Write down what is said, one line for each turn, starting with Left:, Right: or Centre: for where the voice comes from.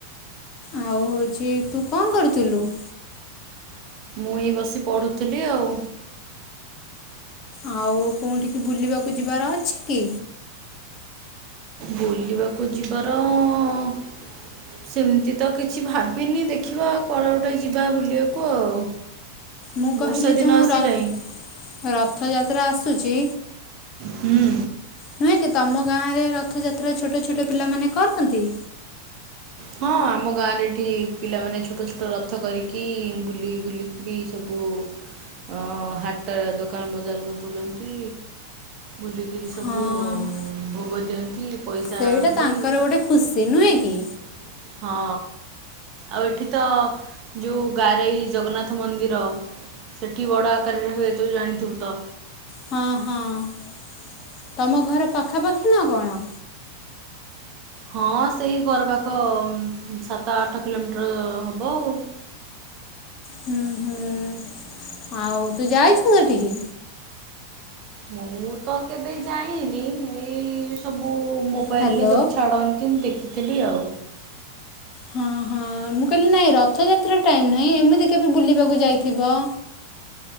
Left: ଆଉ ହଉଛି ତୁ କଣ କରୁଥିଲୁ? <inaudible>
Right: ମୁଁ ଏଇ ବସି ପଢୁଥିଲି ଆଉ।
Left: ଆଉ କୋଉଠିକି ବୁଲିବାକୁ ଯିବାର ଅଛି କି?
Right: ବୁଲିବାକୁ ଯିବାର <inaudible> ସେମିତି ତ କିଛି ଭାବିନି। ଦେଖିବା କୁଆଡେ ଗୋଟେ ଯିବା ବୁଲିବାକୁ ଆଉ।
Left: ମୁଁ କହିଲି
Right: ବର୍ଷା
Left: ଯୋଉ
Right: ଦିନ ଆସିଲାଣି
Left: ର <inaudible> ରଥ ଯା ତ୍ରା ଆସୁଚି?
Right: ହୁଁ।
Left: ନୁହେଁ କି ତମ ଗାଁରେ ରଥଯାତ୍ରା ଛୋଟ ଛୋଟ ପିଲାମାନେ କରନ୍ତି।
Right: ହଁ ଆମ ଗାଁରେ ଏଠି ପିଲାମାନେ ଛୋଟ ଛୋଟ ରଥ କରିକି ବୁଲି ବୁଲିକିରି ସବୁ ଅ ହାଟ ଦୋକାନ ବଜାର ବୁଲନ୍ତି। ବୁଲିକିରି ସବୁ
Left: ହଁ
Right: ଭୋଗ ଦିଅନ୍ତି ପଇସା
Left: ସେଇଟା
Right: ଆଣନ୍ତି।
Left: ତାଙ୍କର
Right: <inaudible>
Left: ଗୋଟେ ଖୁସି ନୁହେଁ କି?
Right: ହଁ ଆଉ ଏଠି ତ ଯୋଉ ଗାରେଇ ଜଗନ୍ନାଥ ମନ୍ଦିର ସେଠି ବଡ ଆକାରରେ ହୁଏ। ତୁ ତ ଜାଣିଥିବୁ ତ?
Left: ହଁ ହଁ <inaudible> ତମ ଘର ପାଖାପାଖି ନା କଣ?
Right: ହଁ, ସେଇ ଘର ପାଖ ସାତ ଆଠ କିଲୋମିଟର ହବ ଆଉ। <inaudible>
Left: ହୁଁ ହୁଁ ଆଉ ତୁ ଯାଇଛୁ, ସେଠିକି?
Right: ମୁଁ ତ କେବେ ଯାଇନି ଏଇ ସବୁ ମୋବାଇଲ
Left: ହ୍ୟାଲୋ
Right: ରେ ସବୁ ଛାଡ଼ନ୍ତି ମୁଁ ଦେଖ ତେଲି ଆଉ।
Left: ହଁ ହଁ ମୁଁ କହିଲି ନାଇଁ ରଥଯାତ୍ରା ଟାଇମ ନାହିଁ, ଏମିତି କେବେ ବୁଲିବାକୁ ଯାଇଥିବ।